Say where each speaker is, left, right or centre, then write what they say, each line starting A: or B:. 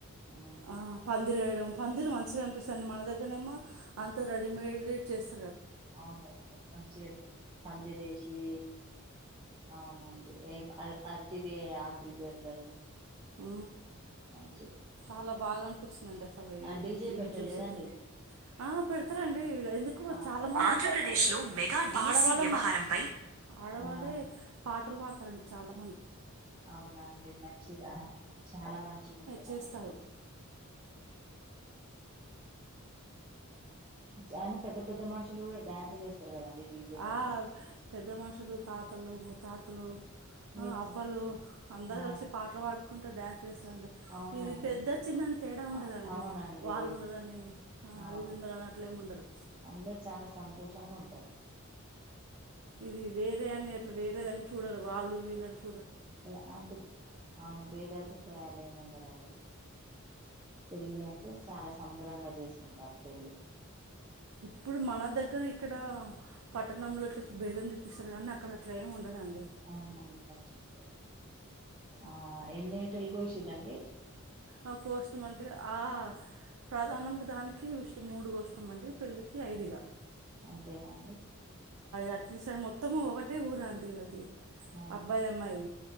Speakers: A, on the right; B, on the right.
A: ఉమ్,
B: ఆ పందిరేయడం పందిరు మంచిగా అనిపిస్తుంది మన దగ్గరనేమో అంత రెడీమిటెడ్ చేసు
A: అవును వే క మంచిగా పందిరేసి అవునండి ఏం అరటి బి ఆకులు పెడతారు
B: ఆ
A: మన్
B: చాలా బాగా అనిపచ్చిందిండి అసలు
A: ఆ డీజే
B: వీటి
A: పెట్టలేదండి
B: చూసిటే ఆ పెడతారండి ఎందుకు
A: పాటలు
B: చాలా మంది ఆంధ్రప్రదేశ్ లో పడవాళ్ళమ ఆడవాళ్ళే
A: ఆ
B: పాటలు పాడతారండి చాలా
A: అవునా అండి మంచిగా చాలా మంచిగా ఉంట
B: చేస్తారు
A: చానా పెద్ద పెద్ద మనుషులు డ్యాన్సులు చేస్తారు కదండి డీజే పెడితే
B: ఆ హా పెద్ద మనుషులు తాతలు ముతాతలు ఆ
A: ఇట్స్
B: అవ్వలు అందరు
A: ఆ
B: కలిసి పాటలు పాడుకుంట డ్యాన్స్ చేస్తారండి
A: అవునండి
B: ఇది పెద్ద చిన్నని తేడా ఉండదండి
A: అ అవునండి
B: వాళ్ళు ఉన్నదని ఆ
A: అవును
B: వీళ్లు ముందుగా అట్లే ఏం ఉండదు
A: అందరు చానా సంతోషంగా ఉంటారు
B: ఇది వేరే అని అట్లా వేరేదని చూడరు వాళ్ళు వీళ్ళని చు
A: ఇలా అంటి అవును బేధాభిప్రాయాలు ఏముండదండి పెళ్లి అంటే చాలా సంబరంగా చేసుకుంటారు పెళ్లి
B: ఇప్పుడు మన మా దగ్గర ఇక్కడ పట్టణంలో ఇట్లా భేదం చూపిస్తారు కానీ అక్కడ అట్లా ఏమి ఉండదండి
A: అవునండి మంచి ఉంటయి ఆ ఎన్ని <unintelligible> షరండి
B: ఆ కోసినమంటే ఆ హా ప్రధాన మనకి దానికి ఇష్టం మూడుగా కోసినామ్ అంటే పెళ్ళికి ఐదుగా
A: అంతేనా అండి
B: అట్ సారి మొత్తము ఒకటే ఊరండి వ అది
A: ఆ
B: అబ్బాయి అమ్మాయి